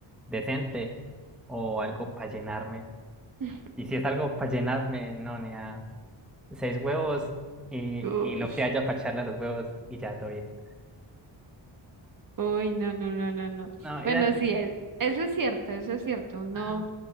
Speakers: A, in the centre; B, on the right.
A: decente o algo para llenarme.
B: <laughs>
A: Y si es algo para llenarme, no, ni a seis huevos y,
B: Uy.
A: y lo que haya para echarle a los huevos y ya todo bien.
B: Uy, no, no, no, no, no.
A: No,
B: Bueno,
A: y dale.
B: sí, e- eso es cierto, eso es cierto. Uno.
A: Ah,